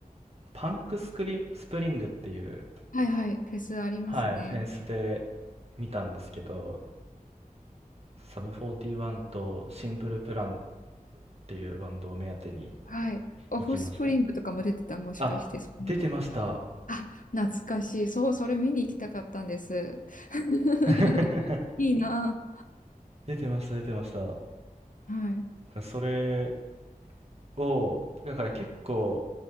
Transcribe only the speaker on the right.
パンクスクリ、スプリングっていう、
はい、フェンスで見たんですけど、サム41とシンプルプランっていうバンドを目当てに
行きましたね。
あ、
出てました。
<laughs>
出てました、出てました。
それを、だから結構、